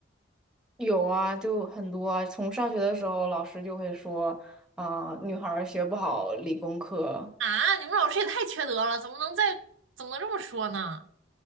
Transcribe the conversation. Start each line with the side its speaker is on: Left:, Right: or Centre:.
Centre: 有啊，就很多啊。从上学的时候，老师就会说，啊、女孩儿学不好理工科，
Right: 啊，你们老师也太缺德了，怎么能在怎么能这么说呢？